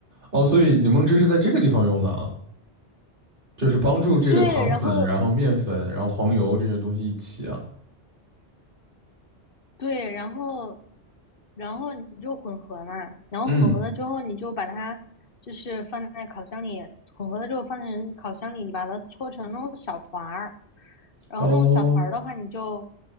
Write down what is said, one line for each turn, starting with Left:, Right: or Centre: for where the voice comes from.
Right: 哦，所以柠檬汁是在这个地方用的啊，就是帮助这个糖粉，
Left: 对，然后
Right: 然后面粉，然后黄油这些东西一起啊。
Left: 对，然后然后你就混合嘛，然后混合了之后，
Right: 嗯，
Left: 你就把它就是放在烤箱里，混合了之后放成烤箱里，你把它搓成那种小团儿，然后那种小团儿的话，
Right: 哦，
Left: 你就